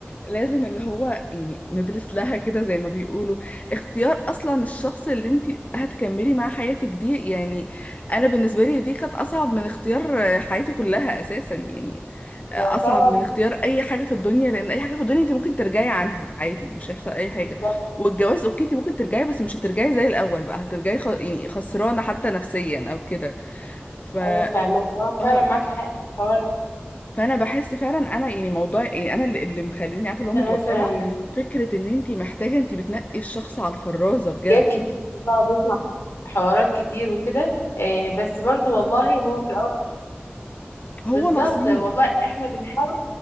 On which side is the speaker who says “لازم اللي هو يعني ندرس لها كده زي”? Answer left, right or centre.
Left